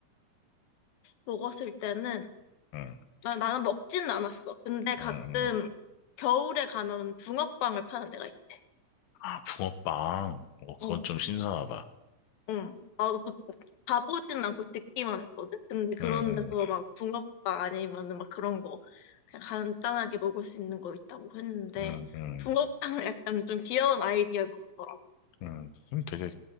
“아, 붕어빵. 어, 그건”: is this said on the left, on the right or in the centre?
Left